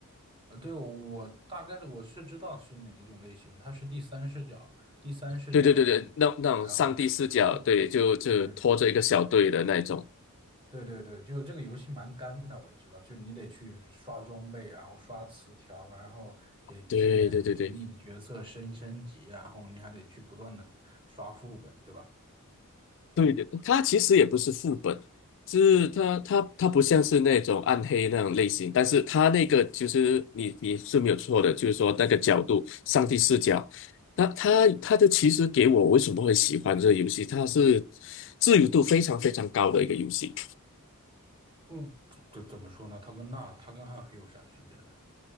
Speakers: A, on the right (about 20°); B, on the left (about 55°).
A: 啊，对，我我大概我是知道是哪一种类型，它是第三视角，第三视角的那种，
B: 对对对对，那那种上帝视角，
A: 然后碰，
B: 对，就就拖着一个小队的那一种，
A: 对对对对对对，就是这个游戏蛮干的，我知道，就是你得去刷装备，然后刷词条，然后给技能给你的角色升升级，
B: 对对对对
A: 然后你还得去不断的刷副本，对吧？
B: 对的，它其实也不是副本，是它它它不像是那种暗黑那种类型，但是它那个就是你你是没有错的，就是说那个角度，上帝视角，那它它的其实给我为什么会喜欢这个游戏，它是自由度非常非常高的一个游戏。
A: 嗯，这怎么说呢？它跟那它跟暗黑有啥区别呢？